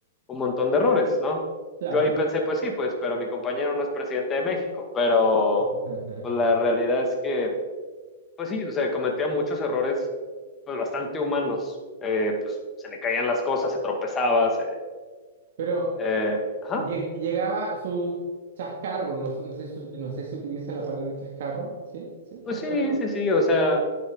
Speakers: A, on the left (about 20°); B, on the right (about 65°).
A: un montón de errores, ¿no?
B: Claro.
A: Yo ahí pensé, pues sí, pues, pero mi compañero no es presidente de México, pero
B: <laughs>
A: pues la realidad es que, pues sí, o sea, cometía muchos errores, pues bastante humanos, eh, pues se le caían las cosas, se tropezaba, se,
B: Pero
A: eh, ajá,
B: lle- llegaba su chascarro, no, sé no sé si no sé si utiliza la palabra chascarro, ¿sí? ¿Sí?
A: pues
B: ¿Chascarro?
A: sí, sí, sí, o sea,